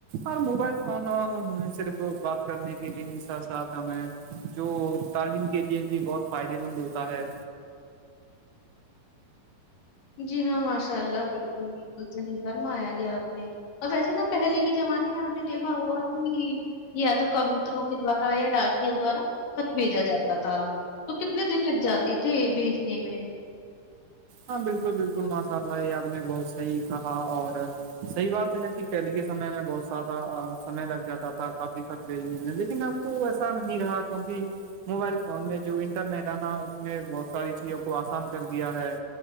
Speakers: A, on the right (about 70°); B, on the left (about 85°).
A: اور موبائل فون و صرف بات <inaudible> کرنے کے لیے بھی ساتھ ساتھ ہمیں جو تعلیم کے لیے بھی بہت فائدے مند ہوتا ہے
B: جی ہاں ماشاء اللہ بلکل بلکل صحیح فرمایا جی آپ نے اب ویسے نا پہلے کے جمانے میں آپ نے دیکھا ہوا کہ یا تو کبوتروں کے دوارا یا ڈاکیوں دوارا خط بھیجا جاتا تھا تو کتنے دن لگ جاتے تھی بھیجنے میں
A: ہاں بلکل بلکل ماشاء اللہ یہ آپ نے بہت صحیح کہا اور صحیح بات ہے کہ پہلے کے سمے میں بہت سیادہ سمے لگ جاتا تھا کافی س نہیں لیکن اب تو ایسا نہیں رہا کیونکہ <inaudible> موبائل فون نے جو انٹرنیٹ ہےنا اس نے بہت ساری چیزوں کو آسان کر دیا ہے